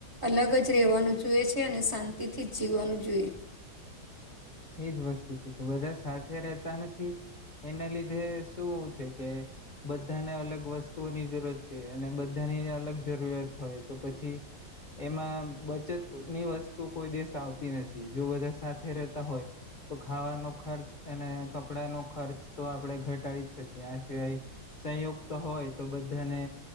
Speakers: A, on the right; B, on the left.
A: અલગ જ જ રહેવાનું જુએ છે અને શાંતિથી જ જીવવાનું જોઈએ.
B: એજ વસ્તુ છે કે બધા સાથે રહેતા નથી એના લીધે શું છે કે બધાને અલગ વસ્તુઓની જરૂરત છે અને બધા ની અલગ જરૂરિયાત હોય તો પછી એમાં બચત ની વસ્તુ કોઈ દસ આવતી નથી જો બધા સાથે રહેતા હોય તો ખાવાનો ખર્ચ અને કપડાનો ખર્ચ તો આપણે ઘટાડી જ શકીએ આ સિવાય સંયુક્ત હોય તો બધાને